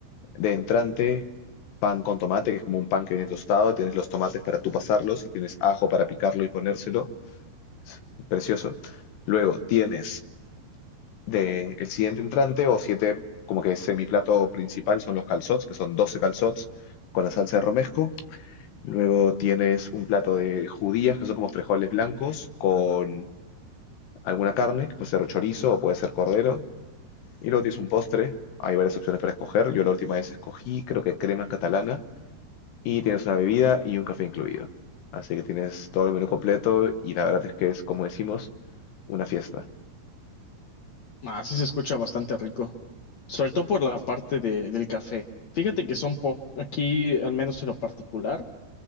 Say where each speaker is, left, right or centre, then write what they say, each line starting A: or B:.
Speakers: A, on the left; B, on the left.
A: de entrante pan con tomate, que es como un pan que viene tostado, tienes los tomates para tú pasarlos y tienes ajo para picarlo y ponérselo. Es precioso. Luego tienes de el siguiente entrante o siete, como que semiplato principal son los calzots, que son 12 calzots con la salsa de romesco. Luego tienes un plato de judías, que son como frijoles blancos, con alguna carne, que puede ser chorizo o puede ser cordero. Y luego tienes un postre, hay varias opciones para escoger. Yo la última vez escogí, creo que crema catalana, y tienes una bebida y un café incluido. Así que tienes todo el menú completo y la verdad es que es, como decimos, una fiesta.
B: Ah, sí se escucha bastante rico. Sobre todo por la parte de, del café. Fíjate que son po aquí, al menos en lo particular,